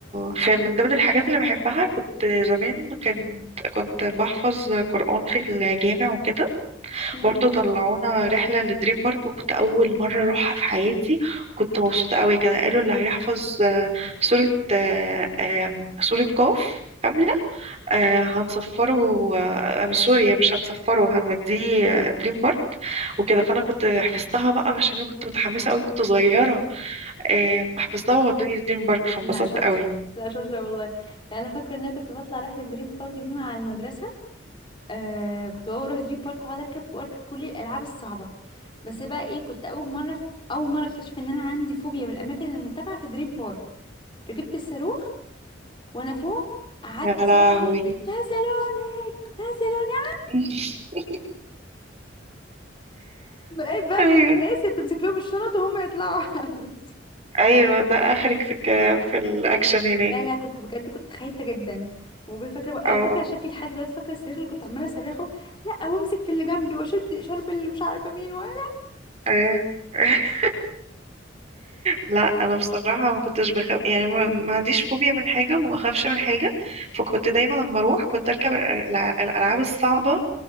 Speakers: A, on the right; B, on the left.
A: في من ضمن الحاجات اللي بحبها كنت زمان كنت كنت بحفظ قرآن في الجامع وكده
B: مم.
A: برضو طلعونا رحلة لدريم بارك وكنت أول مرة أروحها في حياتي كنت مبسوطة قوي كان قالوا اللي هيحفظ آه، سورة آه، آم، سورة قاف كاملة آه، هنصفره آه، آم، سوري مش هنصفره هنوديه آه، دريم بارك وكده فأنا كنت حفظتها بقى عشان أنا كنت متحمسة قوي كنت صغيرة آه، حفظتها وودوني دريم بارك فانبسطت
B: لا شاطر
A: قوي
B: لا شاطرة والله لا أنا فاكرة إن أنا كنت بطلع رحلة دريم بارك دي مع المدرسة آه كنت بقى أروح دريم بارك وأقعد أركب وأركب كل الألعاب الصعبة بس بقى إيه كنت أول مرة أول مرة أكتشف إن أنا عندي فوبيا من الأماكن المرتفعة في دريم بارك ركبت الصاروخ وأنا فوق قعدت
A: يا
B: صرخ
A: لهوي
B: صريخ نزلوني نزلوني
A: <laughs>
B: بقيت بقى
A: ايوه
B: من الناس اللي بتمسك لهم الشنط وهم يطلعوا <laughs>
A: ايوه ده اخرك في الك... في الاكشن هناك
B: لا لا كنت بجد كنت خايفه جدا وكنت فاكره بقى
A: او
B: انا فاكره شكلي لحد دلوقتي فاكره الصريخ اللي كنت عماله صرخه لا وامسك في اللي جنبي واشد شرب اللي مش عارفه مين ولا
A: أيوة. <laughs> لا انا بصراحه ما كنتش بخاف يعني ما, ما عنديش فوبيا من حاجه وما بخافش من حاجه فكنت دايما لما اروح كنت اركب الألع- الالعاب الصعبه